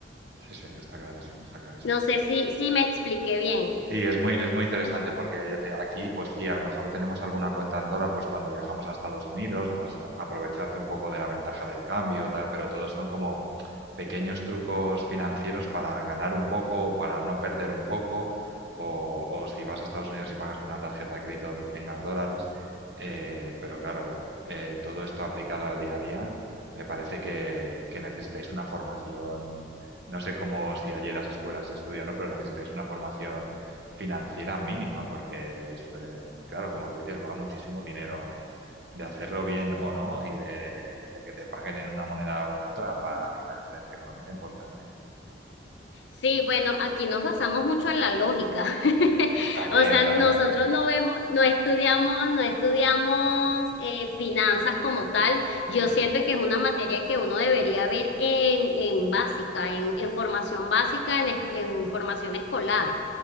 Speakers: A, on the right; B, on the left.
A: sí, sí, está clarísimo, está clarísimo.
B: No sé si, si me expliqué bien.
A: Sí, es muy, es muy interesante porque ya te, aquí, pues sí, a lo mejor tenemos alguna cuenta en dólar, pues cuando viajamos a Estados Unidos, pues aprovecharte un poco de la ventaja del cambio, tal, pero todo son como pequeños trucos financieros para ganar un poco o para no perder un poco, o, o si vas a Estados Unidos y pagas con una tarjeta de crédito donde tengas dólares. Eh, pero claro, eh, todo esto aplicado al día a día, me parece que, que necesitáis una formación, no sé cómo si allí en las escuelas se estudia, ¿no? Pero necesitáis una formación financiera mínima, porque es, eh, claro, como tú dices, va muchísimo dinero de hacerlo bien o no y de, de que te paguen en una moneda o en otra, va, hay una diferencia económica importante.
B: Sí, bueno, aquí nos basamos mucho en la lógica. <laughs>
A: También,
B: O sea,
A: claro,
B: nosotros
A: también.
B: no vemos, no estudiamos, no estudiamos eh, finanzas como tal. Yo
A: Sí,
B: siento que es una materia que uno debería ver en, en básica, en, en formación básica, en, es- en formación escolar